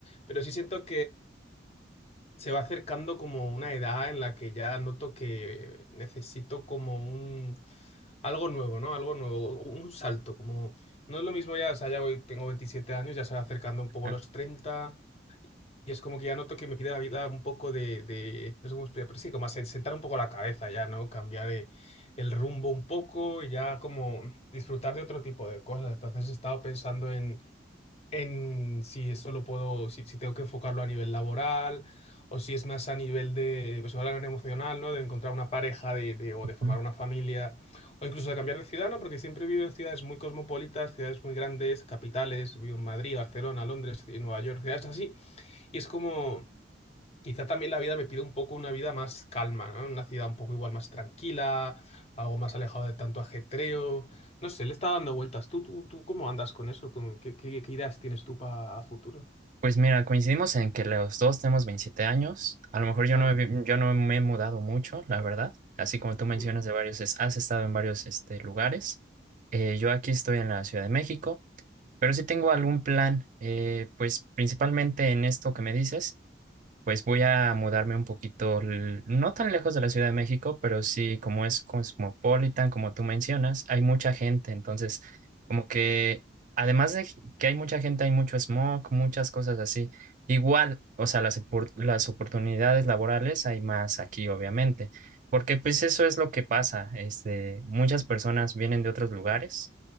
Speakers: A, on the left; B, on the right.
A: pero sí siento se va acercando como una edad en la que ya noto que necesito como un algo nuevo, ¿no? Algo nuevo, un salto, como no es lo mismo ya, o sea, ya voy, tengo 27 años, ya se va acercando un poco
B: Ah,
A: los 30 y es como que ya noto que me pide la vida un poco de, de- no sé cómo explicar, pero sí, como asen- sentar un poco la cabeza ya, ¿no? Cambiar eh, el rumbo un poco y ya como disfrutar de otro tipo de cosas. Entonces he estado pensando en si eso lo puedo, si, si tengo que enfocarlo a nivel laboral o si es más a nivel de, pues, igual a nivel emocional, ¿no? De encontrar una pareja de, de- o
B: ujú.
A: de formar una familia o incluso de cambiar de ciudad, ¿no? Porque siempre he vivido en ciudades muy cosmopolitas, ciudades muy grandes, capitales, vivo en Madrid, Barcelona, Londres, y Nueva York, ciudades así. Y es como... Quizá también la vida me pide un poco una vida más calma, ¿no? Una ciudad un poco igual más tranquila, algo más alejado de tanto ajetreo. No sé, le está dando vueltas. ¿Tú, tú, tú cómo andas con eso? ¿Cómo- qué, qué- qué ideas tienes tú para futuro?
B: Pues mira, coincidimos en que los dos tenemos 27 años. A lo mejor yo
A: Ah,
B: no,
A: bueno.
B: he vi- yo no me he mudado mucho, la verdad. Así como tú mencionas
A: Mm.
B: de varios, es- has estado en varios este, lugares. Eh, yo aquí estoy en la Ciudad de México, pero sí tengo algún plan, eh, pues principalmente en esto que me dices. Pues voy a mudarme un poquito, l- no tan lejos de la Ciudad de México, pero sí, como es cosmopolitan, como tú mencionas, hay mucha gente. entonces como que, además de que hay mucha gente, hay mucho smog, muchas cosas así. Igual, o sea, las, opor- las oportunidades laborales hay más aquí, obviamente, porque pues eso es lo que pasa. Este, muchas personas vienen de otros lugares